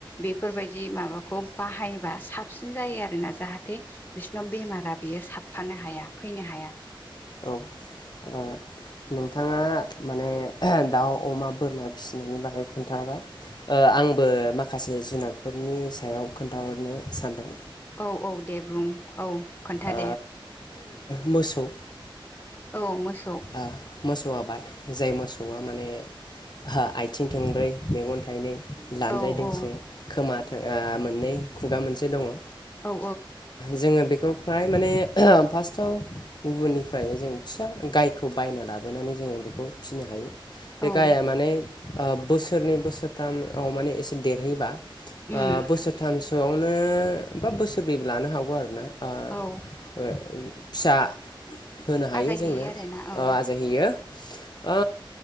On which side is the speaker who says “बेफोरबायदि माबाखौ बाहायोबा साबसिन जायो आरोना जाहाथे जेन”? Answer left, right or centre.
Left